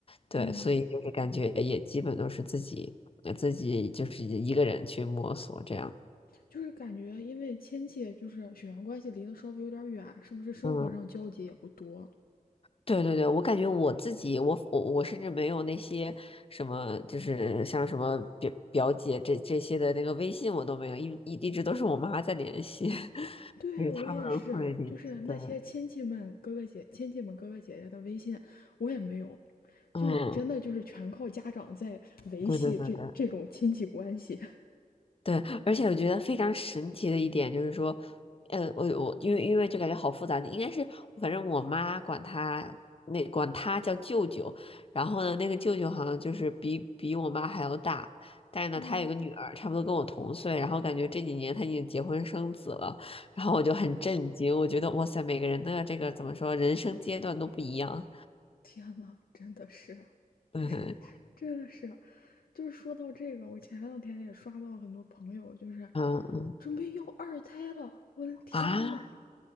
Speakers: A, on the left; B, on the left.
A: 对，
B: 嗯，
A: 所以就是感觉也基本都是自己呃自己就是一个人去摸索这样。
B: 就是感觉因为亲戚就是血缘关系离得稍微有点远，是不是生活上交集也不多？
A: 嗯，对对对，我感觉我自己，我我我甚至没有那些什么，就是像什么表表姐这这些的那个微信我都没有，一一一直都是我妈在联系，<laughs>
B: 对，
A: 因为他们会联系的。
B: 我也是，就是那些亲戚们、哥哥姐、亲戚们哥哥姐姐的微信，我也没有，
A: 嗯，
B: 就真的就是全靠家长在维系这这种亲戚关系。
A: 对对对对。对，而且我觉得非常神奇的一点就是说，呃，我我因为因为就感觉好复杂，应该是反正我妈管他那管他叫舅舅，然后呢，那个舅舅好像就是比比我妈还要大，但是呢，
B: 嗯，
A: 他有个女儿，差不多跟我同岁，然后感觉这几年他已经结婚生子了，然后我就很震惊，我觉得哇塞，每个人的这个怎么说，人生阶段都不一样，
B: 天呐，真的是，
A: <laughs> 嗯
B: 这这真的是，就是说到这个，我前两天也刷到很多朋友，就是
A: 嗯
B: 准备要二胎了，我的天呐！
A: 啊，